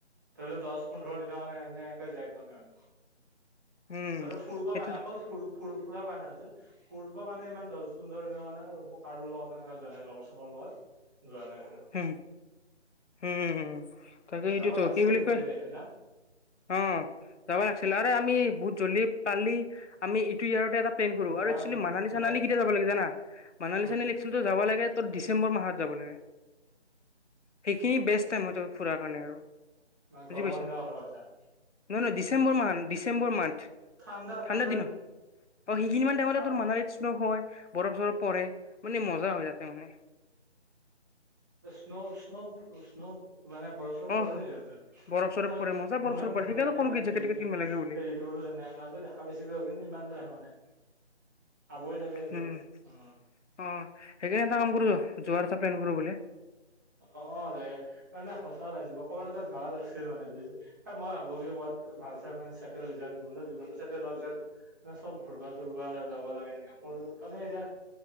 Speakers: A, on the right; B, on the left.
A: ধৰি ল দছ, পোন্ধৰ দিনৰ কাৰণে এনেকে যাই পোৱা নাই মানে।
B: উম
A: অকল ফুৰিবৰ
B: সেইটো
A: কাৰণে অকল ফুৰ-ফুৰ ফুৰা পা না যত ফুৰব কাৰণে ইমান দছ, পোন্ধৰ দিনৰ কাৰণে কাৰো লগত এনেকে যোৱা নাই লগৰ-ছগৰ লগত। যোৱা নাই মানে
B: হুম, হুম। তাকে সেইটোতো
A: যাব লাগছিল
B: কি বুলি
A: কিন্তু
B: কৈ
A: দেই হয় না
B: অ, যাব লাগিছিল। আৰে আমি জ্বলি পালি আমি সিটো ইয়াৰতে এটা প্লেন কৰো
A: মই
B: আৰু একচিয়েলি মানালী- চানালী
A: মই
B: কেতিয়া যাব লাগে জানা, মানালী-চানালী
A: উম
B: একচুলি যাবা লাগে তত ডিচেম্বৰ মাহত যাব লাগে। সেইখিনি বেষ্ট টাইম হয় ত ফুৰাৰ কাৰণে আৰু।
A: মানে
B: বুজি
A: গৰমৰ
B: পাইছা?
A: দিনৰ কথা কৈছা?
B: নহয় নহয় ডিচেম্বৰ মান্থ, ডিচেম্বৰ মান্থ।
A: ঠাণ্ডা ঠাণ্ডা
B: ঠাণ্ডাৰ দিনত। অ সেইখিনি মান টাইমতে
A: তাত
B: তোৰ মানালীত হয়, বৰফ-চৰফ পৰে, মানে মজা হয় যাতে মানে।
A: স্ন-স্ন-স্ন মানে বৰফ- চৰফ পৰে,
B: অ' বৰফ চৰফ পৰে মজা বৰফ
A: মই
B: চৰফ পৰে
A: মনতে
B: সেইকাৰণে ক'লো
A: ইমান
B: কি জেকেট
A: <unintelligible>
B: তেকেট কিনিব লাগে বুলি।
A: মাজত দেখা পাইছিলো কিন্তু ইমানতো দেখা হোৱা নাই। আৱৰি থাকে আকৌ,
B: উম।
A: অ।
B: অ এটা কাম কৰ য জুৱাৰ <unintelligible>
A: অ, ৰে মানে সঁচা নাই য ক'ৰবাত তাত জাগা লাগিছিল মানে বুজছে ত মই ভাবো কি মই ভাল চাই মানে চেটেল হৈ য জীৱনটো জীৱনটো ছেটেল হোৱাৰ পিছত ম চব ঘূৰবা চুৰবা যাব লাগে। এনেকে মোৰ মানে এতিয়া